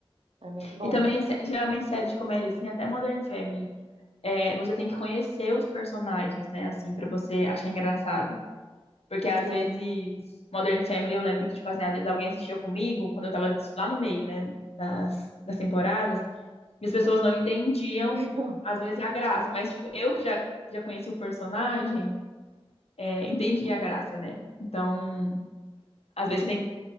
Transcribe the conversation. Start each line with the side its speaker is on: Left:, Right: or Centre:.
Right: É muito bom.
Left: E também, sé- geralmente, série de comédia, assim, até Modern Family, é, você tem que conhecer os personagens, né, assim, pra você achar engraçado. Porque, às
Right: Sim.
Left: vezes, Modern Family, eu lembro que, tipo assim, às vezes alguém assistiu comigo, quando eu tava lá no meio, né, das, das temporadas, e as pessoas não entendiam,
Right: <laughs>
Left: às vezes, a graça. Mas, tipo, eu que já, já conheci o personagem, é, entendi a graça, né? Então, às vezes, você tem que